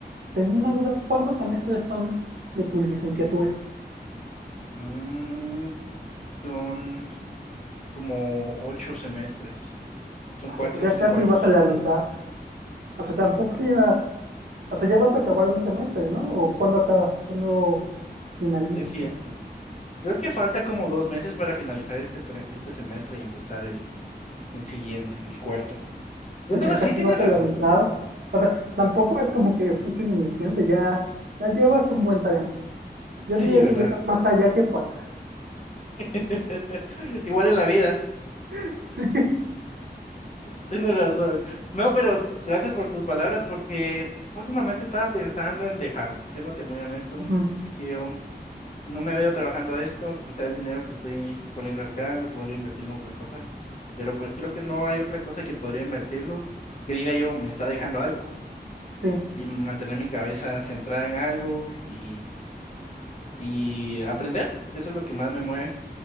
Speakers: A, on the right; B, on the left.
A: Tenía una duda, ¿cuántos semestres son de tu licenciatura?
B: Mm, son como ocho semestres, son
A: Ay,
B: cuatro
A: pero
B: o cinco
A: ya casi
B: años.
A: vas a la mitad, o sea, tampoco llevas O sea, ya vas a acabar un semestre, ¿no? ¿O cuándo acabas? ¿Cuándo finaliza
B: Es cierto.
A: tu... estudio?
B: Creo que falta como dos meses para finalizar este, tre- este semestre y empezar el, el siguiente, el cuarto. Bueno,
A: Pues
B: En
A: ya
B: verdad,
A: casi
B: sí tienes
A: vas
B: razón.
A: a la mitad. O sea, tampoco es como que fuiste un iniciante, ya, ya llevas un buen tiempo. Yo
B: Sí,
A: diría
B: ¿verdad?
A: que ya estás más allá que para acá.
B: <laughs> Igual en la vida,
A: <laughs> Sí.
B: tienes razón. No, pero gracias por tus palabras porque últimamente estaba pensando en dejarlo, siéndote muy honesto.
A: Ujú,
B: Es que yo no me veo trabajando de esto, quizá el dinero que estoy poniendo acá lo podría invertir en otras cosas, pero pues creo que no hay otra cosa que podría invertirlo que diga yo, me está dejando algo.
A: Sí.
B: y mantener mi cabeza centrada en algo y, y aprender. Eso es lo que más me mueve.